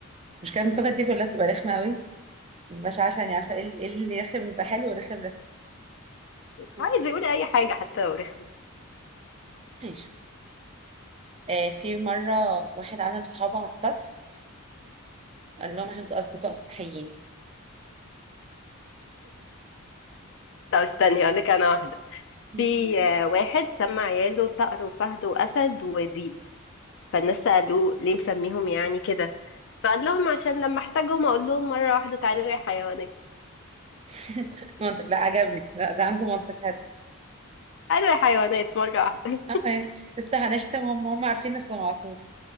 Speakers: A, on the right (about 30°); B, on the left (about 55°).
A: مش كان التوكة دي كلها تبقى رخمة قوي مش عارفة يعني عارفة ايه ال- إيه اللي رخم يبقى حلو ورخم رخم أم.
B: عايز يقول اي حاجه حتى لو رخم
A: ماشي آه في مرة واحد عزم صحابه على السطح قال لهم عشان انتوا أصدقاء سطحيين
B: طب استني هقول لك انا واحده
A: مم.
B: في آه، واحد سمى عياله صقر وفهد واسد وذيب فالناس سالوه ليه مسميهم يعني كده فقال لهم عشان لما احتاجهم اقول لهم مره واحده تعالوا يا حيوانات
A: <laughs> منطق لا عجبني لا ده عنده منطق حلو
B: قالوا يا حيوانات مره واحده <laughs>
A: اه يعني بس هنشتم هم هم عارفين نفسهم على طول